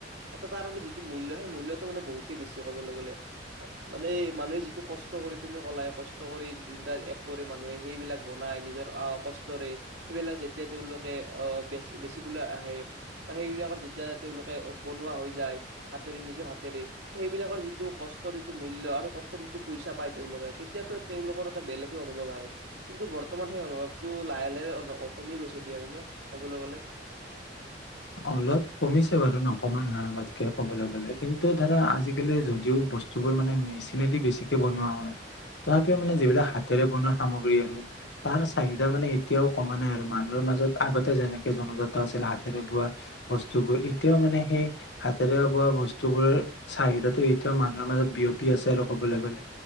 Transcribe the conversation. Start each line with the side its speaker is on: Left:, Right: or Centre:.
Right: এটা তাৰ যিটো মূল্য সেই মূল্যৰটো মানে বহুত। বেছি ক'বলৈ গ'লে মানে মানুহে যিটো কষ্ট কৰি তুমি কলাই কষ্ট কৰি দিনটাত এক কৰি মানুহে সেইবিলাক বনাই নিজৰ আহ কষ্টৰে সেইবিলাক যেতিয়া তেওঁলোকে আহ বেচি বেচিবলৈ আহে বা সেইবিলাকৰ যেতিয়া তেওঁলোকে বনোৱা হৈ যায় হাতেৰে নিজৰ হাতেৰে ত', সেইবিলাকৰ যিটো কষ্টৰ যিটো মূল্য আৰু কষ্টৰ যিটো পইচা পায় তেওঁলোকে, তেতিয়াতো তেওঁলোকৰ এটা বেলেগে অনুভৱ আহে। কিন্তু বৰ্তমান সেই অনুভৱটো লাহে লাহে কমি গৈছে দিয়া মানে, ক'বলৈ গ'লে।
Left: অলপ কমিছে বাৰু নকমা নহয় আগতকৈ ক'বলৈ গ'লে। কিন্তু ধৰা আজিকালি যদিও বস্তুবোৰ মানে মেচিনেদি বেছিকে বনোৱা হয়, তথাপিও মানে যিবিলাক হাতেৰে বনোৱা সামগ্ৰী আৰু তাৰ চাহিদা মানে এতিয়াও কমা নাই আৰু মানুহৰ মাজত আগতে যেনেকে জনজাত আছিল হাতেৰে বোৱা বস্তুবোৰ এতিয়াও মানে সেই হাতেৰে বোৱা বস্তুবোৰৰ চাহিদাটো এতিয়াও মানুহৰ মাজত বিয়পি আছে আৰু ক'বলৈ গ'লে।